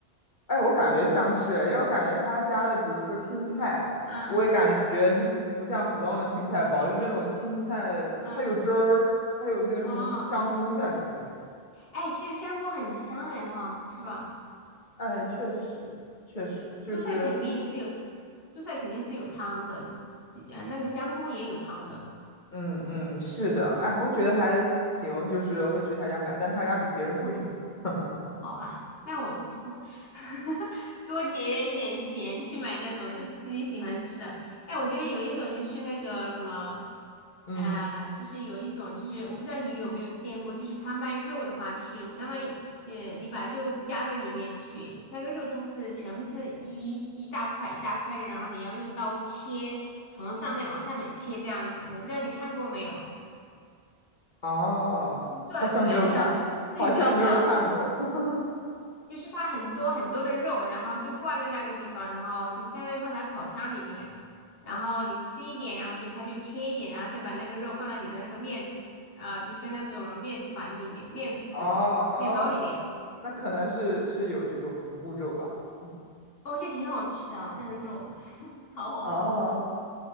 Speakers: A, on the left; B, on the left.
A: 哎，我感觉像是，因为我感觉他家的，比如说青菜，
B: 嗯
A: 我也感觉就是不像普通的青菜包，就是那种青菜，
B: 嗯，
A: 它有汁儿，还有那个什么香菇在里面那种。
B: 哦，哎，其实香菇很香哎哈，是吧？
A: 哎，确实，确实就是，
B: 蔬菜肯定是有，蔬菜肯定是有汤的，呃，那个香菇也有汤的。
A: 嗯嗯，是的，哎，我觉得还行，就是会去他家买，但他家比别人贵。<laughs>
B: 好吧，那我是 <laughs> 多节约一点钱去买那种的自己喜欢吃的。哎，我觉得有一种就是那个什么，
A: 嗯，
B: 啊，就是有一种就是我不知道你有没有见过，就是他卖肉的话，就是相当于呃你把肉夹在里面去，那个肉它是全部是一一大块一大块的，然后你要用刀切，从上面往下面切这样子。我不知道你看过没有，
A: 哦，
B: 一段圆的，
A: 好像没有看，
B: 是圆的。
A: 好像没有看过。<laughs>
B: 就是它很多很多的肉，然后就挂在那个地方，然后就相当于放在烤箱里面，然后你吃一点，然后就它就切一点，然后再把那个肉放到你的那个面啊、就像那种面团里面、面粉、
A: 哦哦，
B: 面包里面，
A: 那可能是是有这种步骤吧。嗯，
B: 哦，我觉得挺好吃的那个肉，<laughs> 超好吃。
A: 哦，